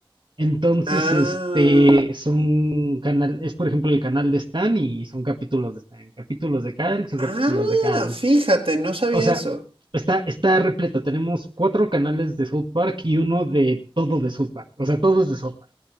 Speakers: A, on the right; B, on the right.
A: Entonces,
B: Ah,
A: este, son canal, es por ejemplo el canal de Stan y son capítulos de Stan, capítulos de Kyle, son
B: ah,
A: capítulos de Kyle.
B: fíjate, no sabía
A: O sea,
B: eso.
A: está, está repleta. Tenemos cuatro canales de South Park y uno de todo de South Park. O sea, todo es de South Park.